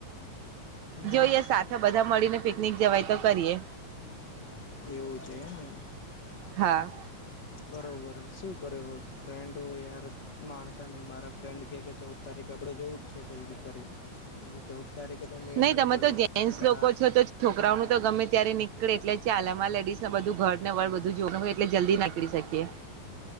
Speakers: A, on the left; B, on the right.
A: હમ
B: જોઈએ સાથે બધા મળીને પિકનિક જવાય તો કરીએ.
A: એવું છે એમ ને?
B: હા
A: બરોબર. શું કરે ફ્રેન્ડો યાર માણતા નહીં મારા ફ્રેન્ડ કે કે ચૌદ તારીખે આપણે જવું જ છે કઈ બી કરીને. મેં કીધું ચૌદ તારીખે તો મેળ
B: નહી તમે
A: પડે
B: તો જેન્ટસ
A: કા
B: લોકો છો તો છોકરાઓનું તો ગમે ત્યારે નીકળે એટલે ચાલે. અમારે લેડીસને બધું ઘર ને વર બધું જોવાનું હોય એટલે જલ્દી ના નીકળી શકીએ.